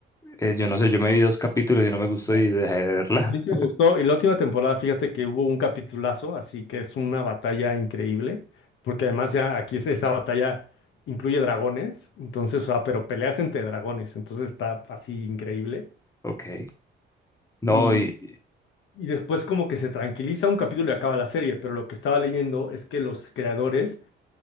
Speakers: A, on the left; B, on the left.
A: Eh, yo no sé, yo me vi dos capítulos y no me gustó
B: Ya.
A: y dejé de verla.
B: A mí sí
A: <laughs>
B: me gustó. Y la última temporada, fíjate que hubo un capitulazo, así que es una batalla increíble, porque además ya aquí es- esta batalla incluye dragones, entonces, o sea, pero peleas entre dragones, entonces está así increíble.
A: Ok. No,
B: Y,
A: y...
B: y después como que se tranquiliza un capítulo y acaba la serie, pero lo que estaba leyendo es que los creadores